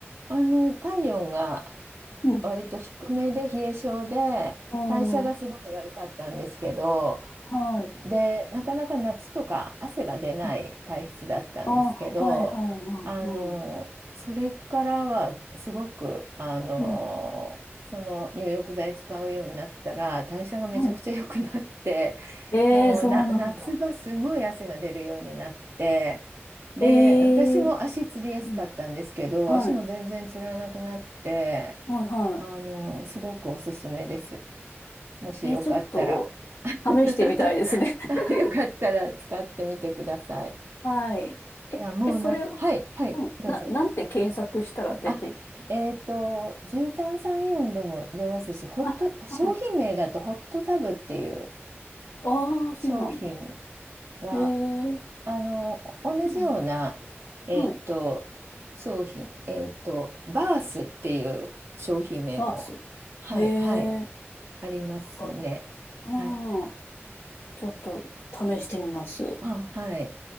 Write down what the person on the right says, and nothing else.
あの、体温が
割と低めで冷え性で代謝がすごい悪かったんですけど
でなかなか夏とか汗が出ない体質だったんですけどあのそれからはすごくあのその入浴剤使うようになったら代謝がめちゃくちゃ良くなって
もうな夏場すごい汗が出るようになって。
で、
私も足つりやすかったんですけど、
足も全然つらなくなって、
あの、すごくおすすめです。もしよかったら、
<laughs>
よかったら使ってみてください。
いや、もうなんか、
はい、はい、
どうぞ。
あ、えっと、重炭酸イオンでも出ますし、ホット、
商品名だとホットタブっていう
商品が、
あの、同じような、
えっと、
商品、えっと、バースっていう商品名も、
はい、
はい、ありますね。
はい。
あ、はい。